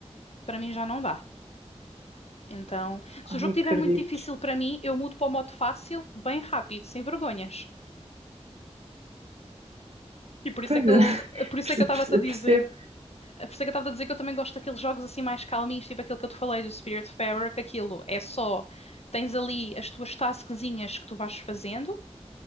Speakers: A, on the left; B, on the right.
A: para mim já não dá. Então, se
B: Ai,
A: o jogo estiver
B: acredito.
A: muito difícil para mim, eu mudo para o modo fácil, bem rápido, sem vergonhas. E por
B: Pois
A: isso é que
B: é,
A: eu,
B: <laughs>
A: por isso
B: perce-
A: é que eu estava-te
B: perce-
A: a dizer
B: percebo.
A: Por isso é que eu estava a dizer que eu também gosto daqueles jogos assim mais calminhos, tipo aquele que eu te falei do Spiritfarer, que aquilo é só, tens ali as tuas tasquezinhas que tu vais fazendo,